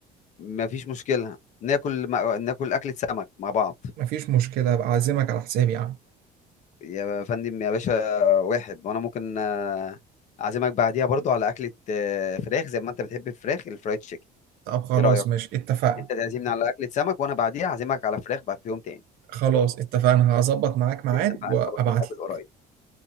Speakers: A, on the left (about 45°); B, on the right (about 60°).
A: ما فيش مشكلة ناكل مع- ناكل أكلة سمك مع بعض
B: مفيش مشكله أبقى اعزمك على حسابي يعني
A: يا فندم يا باشا واحد وأنا ممكن آه، أعزمك بعديها برضو على أكلة آه، فراخ زي ما أنت بتحب الفراخ الفرايد تشيكن
B: طب خلاص
A: إيه رأيك؟
B: ماشي اتفقنا
A: أنت تعزمني على أكلة سمك وأنا بعديها أعزمك على فراخ بعد في يوم تاني
B: خلاص اتفقنا هظبط معاك ميعاد
A: اتفقنا
B: وابعت
A: خلاص نتقابل
B: لك
A: قريب